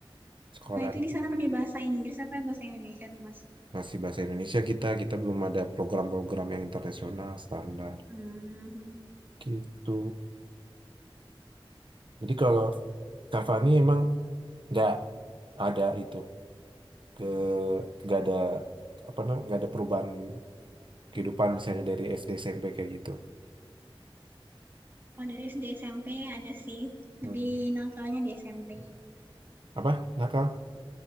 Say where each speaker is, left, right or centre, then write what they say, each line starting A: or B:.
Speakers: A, on the right (about 60°); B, on the right (about 25°).
A: Sekolah
B: Nah itu di sana pakai bahasa Inggris apa bahasa Indonesia tuh Mas?
A: masih bahasa Indonesia kita, kita belum ada program-program yang internasional standar.
B: Hmm. hmm, hmm.
A: Gitu. Jadi kalau Cavani emang nggak ada itu ke nggak ada apa namanya nggak ada perubahan kehidupan misalnya dari SD SMP kayak gitu.
B: Kalau dari SD SMP ada sih,
A: Hmm.
B: lebih nakalnya di SMP.
A: Apa? Nakal?